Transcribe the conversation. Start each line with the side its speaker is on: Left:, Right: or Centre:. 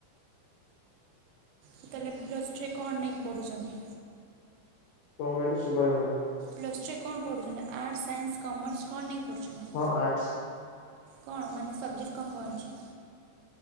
Right: ତାହେଲେ ଏବେ ପ୍ଲସ୍ ଟୂ ରେ କଣ ନେଇକି ପଢ଼ୁଛନ୍ତି?
Left: କଣ କହିଲେ ଶୁଭା ଗଲାନି।
Right: ପ୍ଲସ୍ ଟୁରେ କଣ ପଢ଼ୁଛନ୍ତି ଆର୍ଟସ ସାଇନ୍ସ କମର୍ସ କଣ ନେଇକି? ପଢ଼ୁଛନ୍ତି?
Left: ହଁ ଆର୍ଟସ।
Right: କଣ ମାନେ ସବଜେକ୍ଟ କଣ କଣ ଅଛି?